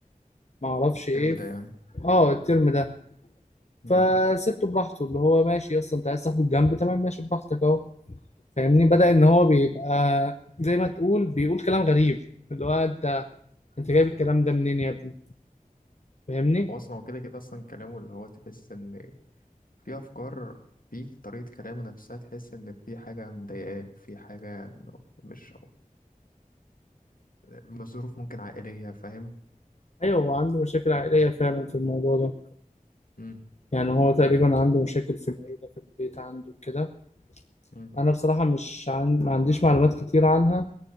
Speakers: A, on the left; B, on the left.
A: معرفش
B: الترم
A: ايه
B: ده يعني
A: اه الترم ده
B: مم.
A: فسبته براحته اللي هو ماشي اصلا انت عايز تاخد جنب تمام ماشي براحتك اهو فاهمني بدأ ان هو بيبقى زي ما تقول بيقول كلام غريب اللي هو انت انت جايب الكلام ده منين يا ابني فاهمني
B: هو أصلا هو كده كده أصلا كلامه اللي هو تحس إن في أفكار في طريقة كلامه نفسها تحس إن في حاجة مضايقاه في حاجة مش ماشي ظروف ممكن عائلية فاهم
A: ايوه هو عنده مشاكل عائليه فعلا في الموضوع ده
B: امم
A: يعني هو تقريبا عنده مشاكل في العيله في البيت عنده كده
B: امم
A: انا بصراحه مش عن... ما عنديش معلومات كتير عنها